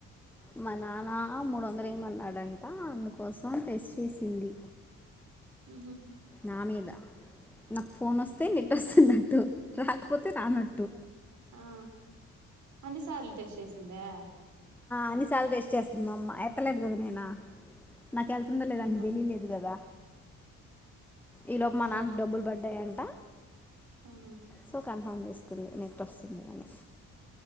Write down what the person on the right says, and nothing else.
ఉహూ
ఆ ఎన్నిసార్లు టెస్ట్ చేసిందా
ఆహా
ఓకే
ఆహా